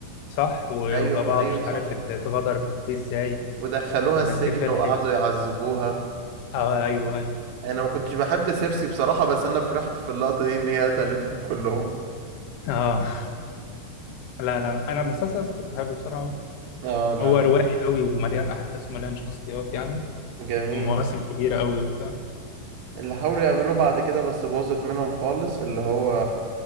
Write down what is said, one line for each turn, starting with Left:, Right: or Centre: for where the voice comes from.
Left: صح وباباها
Right: ايوه ايوه
Left: مش
Right: صح
Left: عارف ات- اتغدر بيه إزاي
Right: ودخلوها
Left: والناس
Right: السجن
Left: دي فرحت
Right: وقعدوا يعذبوها
Left: أه أيوه أيوه
Right: انا ما كنتش بحب سيرسي بصراحة بس انا فرحت في اللقطة دي ان هي قتلتهم <laughs> كلهم
Left: أه لا لا أنا المسلسل أصلا كنت بحبه بصراحة أوي
Right: اه لا
Left: هو روائي أوي ومليان أحداث ومليان شخصيات يعني
Right: جميل
Left: ومواسم كبيرة أوي وبتاع
Right: اللي حاولوا يعملوه بعد كده بس باظت منهم خالص اللي هو